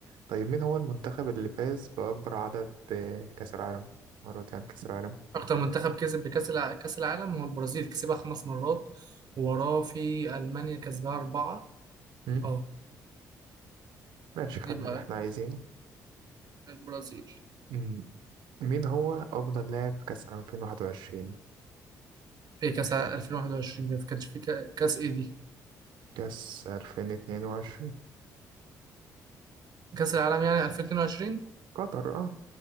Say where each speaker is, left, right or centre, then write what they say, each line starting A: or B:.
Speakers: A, on the right (about 75°); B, on the right (about 55°).
A: طيب مين هو المنتخب اللي فاز بأكبر عدد آه، كأس العالم مرات يعني كأس العالم
B: اكتر منتخب كسب بكاس الع... كاس العالم هو البرازيل كسبها خمس مرات وراه في المانيا كسبها اربعه
A: مم.
B: اه
A: ماشي خدنا
B: يبقى
A: اللي احنا عايزينه
B: البرازيل
A: مم. مين هو أفضل لاعب كأس 2021
B: في كاس ع- 2021 دي ما كانش في كا- كاس ايه دي
A: كأس 2022
B: كاس العالم يعني 2022
A: قطر اه